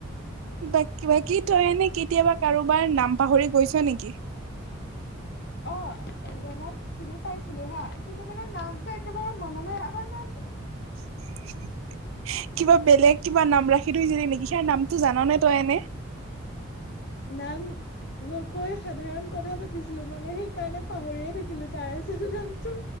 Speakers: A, on the right; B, on the left.
A: ব, বাকী তই এনে কেতিয়াবা কাৰোবাৰ নাম পাহৰি গৈছ নেকি?
B: অ, এজনক চিনি পাইছিলো হা, কিন্তু মানে নামটো একেবাৰে মনলৈ অহা নাছিল।
A: <unintelligible> কিবা বেলেগ কিবা নাম ৰাখি থৈছিলি নেকি, সিয়াৰ নামটো জান নে তই এনে?
B: নাম নকৈ সাধাৰণ কথা পাতিছিলোঁ, মানে সেইকাৰণে পাহৰিয়ে থাকিলো তাৰ আচল নামটো।